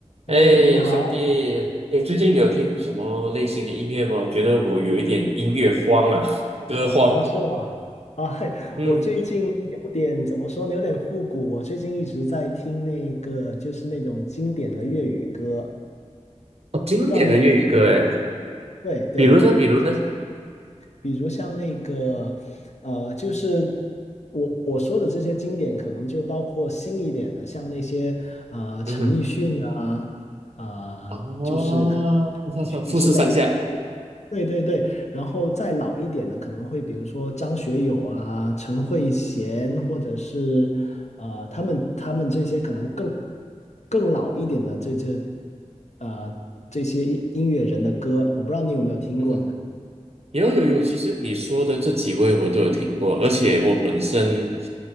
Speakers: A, on the right (about 55°); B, on the left (about 65°).
A: 哎，
B: 哎，你好，
A: 兄弟，哎，最近有听什么类型的音乐吗？我觉得我有一点音乐荒啊，<laughs> 歌荒。
B: 哦，是我啊，嘿，
A: 嗯，
B: 我最近有点怎么说呢，有点复古。我最近一直在听那个，就是那种经典的粤语歌，
A: 哦经典的粤语歌哎，
B: 不知道你有没有听过？对对，
A: 比如说，比如呢，
B: 就是。比如像那个，呃，就是我我说的这些经典，可能就包括新一点的，像那些呃陈奕迅啊，
A: 嗯哼，
B: 呃，
A: 哦，
B: 就是可能陈奕迅之类的，
A: <laughs> 富士山下，
B: 就对对对。然后再老一点的，可能会比如说张学友啊、陈慧娴，或者是呃他们他们这些可能更更老一点的这这呃这些音音乐人的歌，我不知道你有没有听过呢？
A: 嗯哼，有有有，其实你说的这几位我都有听过，而且我本身